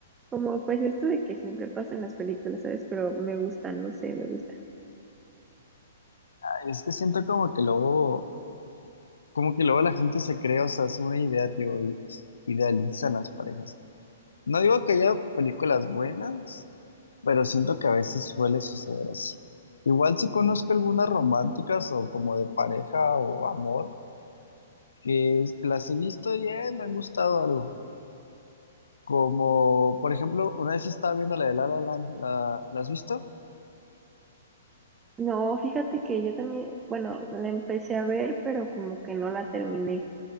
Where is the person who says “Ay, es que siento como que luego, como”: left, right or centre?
Left